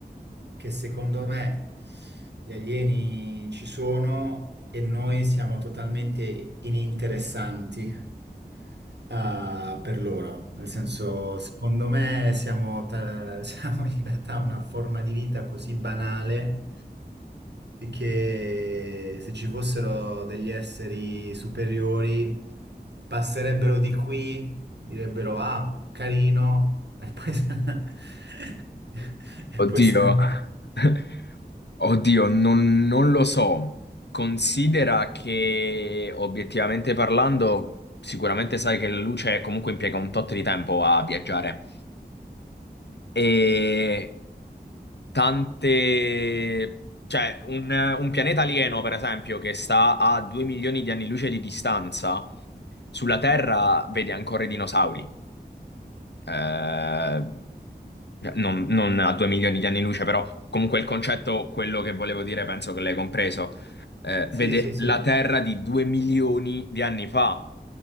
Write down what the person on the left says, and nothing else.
Oddio.
<laughs> Oddio, non, non lo so. Considera che obiettivamente parlando, sicuramente sai che la luce comunque impiega un tot di tempo a viaggiare. E tante... cioè, un, un pianeta alieno, per esempio, che sta a 2 milioni di anni luce di distanza, sulla Terra vede ancora i dinosauri eh, cioè, non, non a 2 milioni di anni luce, però comunque il concetto, quello che volevo dire, penso che l'hai compreso, eh,
vede
la Terra di 2 milioni di anni fa.